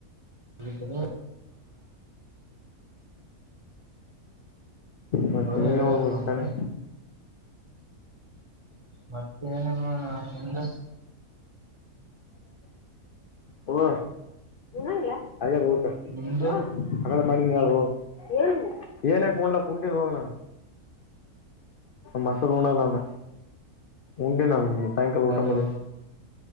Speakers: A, on the right; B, on the left.
A: ಹ.
B: ಮತ್ತೆ
A: ಅವರೇ
B: ನೀನೇ
A: ಹೇಳಿದ್ರು
B: ಹೋಗಬೇಕು
A: ನಮ್ಗೆ
B: ತಾನೇ?
A: ಮತ್ತೆ ಏನಿಲ್ಲ ನೋಡ ಅಣ್ಣಾ ನಿಂದ
B: ಬ ಹಂಗ ಹಾಗ ಊಟ <inaudible>
A: ನಿಮ್ದು?
B: ಹಾ ಮಾಡೀನಿ ಹೋಗು ವ. ಏನಕ ಉನಲಕ ಉಂಡಿನಿ ಹೋಗು. ಮೊಸೂರು ಣಲ್ಲಾಮ ಉಂಡೆ ನ ಸಾಯಂಕಾಲ ಊಟ
A: ಹಲೋ
B: ಮಾಡೀನಿ.